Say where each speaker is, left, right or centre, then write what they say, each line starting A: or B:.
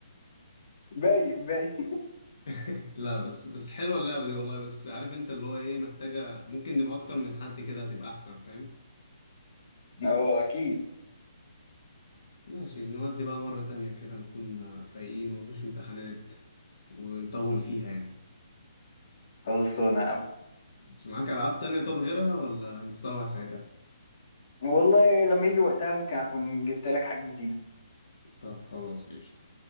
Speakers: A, on the left; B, on the left.
A: باين باين
B: <laughs> لا بس بس حلوة اللعبة دي والله بس عارف انت اللي هو ايه محتاجة ممكن نبقى اكتر من حد كده هتبقى احسن فاهم
A: اه اكيد
B: ماشي نودي بقى مرة تانية كده نكون فايقين ومفيش امتحانات ونطول فيها يعني
A: خلصانه يا عم
B: مش معاك ألعاب تانية طب غيرها ولا نتسوح ساعتها
A: والله لما يجي وقتها ممكن اكون جبت لك حاجه جديده
B: طب خلاص قشطة